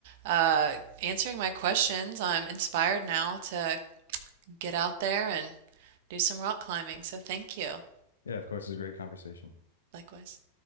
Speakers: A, on the right; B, on the left.
A: uh answering my questions. I'm inspired now to get out there and do some rock climbing. So thank you.
B: yeah. Of course, it's a great conversation.
A: Likewise.